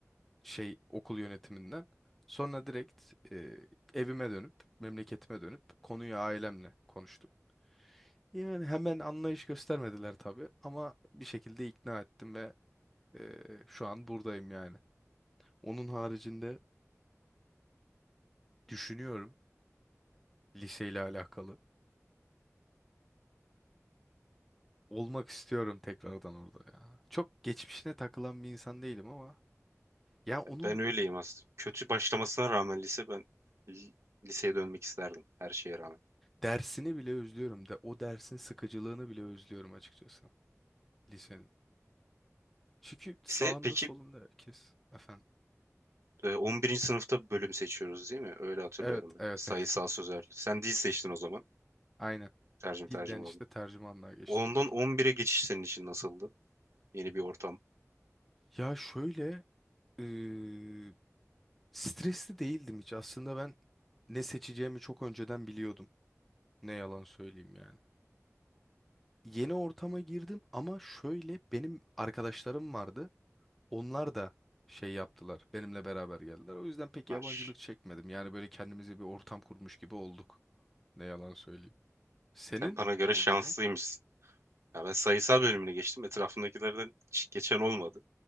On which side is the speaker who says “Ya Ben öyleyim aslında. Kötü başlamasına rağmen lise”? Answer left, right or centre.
Right